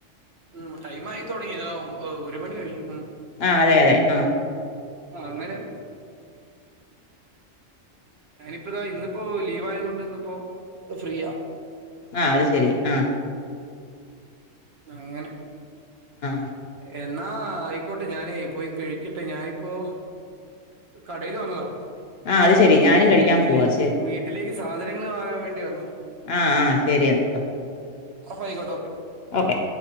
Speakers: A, on the right (about 55°); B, on the left (about 60°).
A: ഉം ടൈം ആയി തുടങ്ങി താ ഒമ്പ ഒരു മണി കഴിഞ്ഞു ഉം
B: ആഹ് അതെ അതെ ആഹ്
A: ആഹ് അങ്ങനെ ഞാനിപ്പോ ഇതാ ഇന്നിപ്പോ ലീവ് ആയതോണ്ട് ഇന്നിപ്പോ ഫ്രീയാ
B: ആ അത് ശരി അ
A: അങ്ങനെ
B: ഉം
A: എന്നാ ആയിക്കോട്ടെ ഞാനേ പോയി കഴിക്കട്ടെ ഞാനിപ്പോ കടേല് വന്നതാ
B: ആഹ് അത് ശരി ഞാനും കഴിക്കാൻ
A: വീട്ടില്
B: പോവാ ശരി
A: വീട്ടിലേക്ക് സാ ധനങ്ങള് വാങ്ങാൻ വേണ്ടി വന്നതാ
B: ആ ആ ശരി എന്നാൽട്ടോ.
A: ആപയിക്കോട്ടെ ഒക്കെ.
B: ഓക്കെ.